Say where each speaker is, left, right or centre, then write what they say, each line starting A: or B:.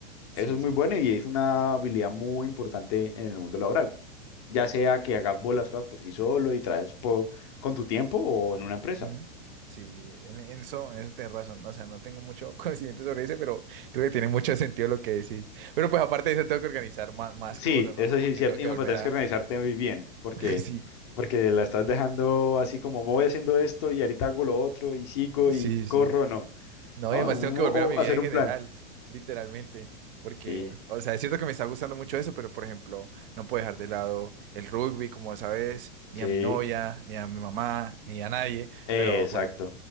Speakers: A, on the right; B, on the left.
A: sí,
B: Eso es muy
A: sí.
B: bueno y es una habilidad muy importante en el mundo laboral. Ya sea que hagas vos las cosas por sí solo y traes po- con tu tiempo o en una empresa.
A: Ujú. Sí, sí, en, en eso, en eso tenés razón. O sea, no tengo mucho <laughs> conocimiento sobre eso, pero creo que tiene mucho sentido lo que decís. Pero pues aparte de eso tengo que organizar más, más
B: Sí,
A: cosas,
B: eso
A: ¿no? Como
B: sí es
A: que
B: cierto.
A: tengo que
B: Y no,
A: volver
B: pero tienes
A: a...
B: que organizarte muy bien, porque,
A: <laughs> Sí,
B: porque la estás dejando así como voy haciendo esto y ahorita hago lo otro y sigo
A: sí,
B: y
A: sí.
B: corro, no.
A: No,
B: No,
A: y además
B: o-
A: tengo que volver a mi
B: o
A: vida
B: hacer
A: en
B: un
A: general,
B: plan.
A: literalmente. Porque,
B: Sí,
A: o sea, es cierto que me está gustando mucho eso, pero por ejemplo, no puedo dejar de lado el rugby, como sabes, ni
B: sí,
A: a mi novia, ni a mi mamá, ni a nadie.
B: eh,
A: Pero
B: exacto.
A: bueno,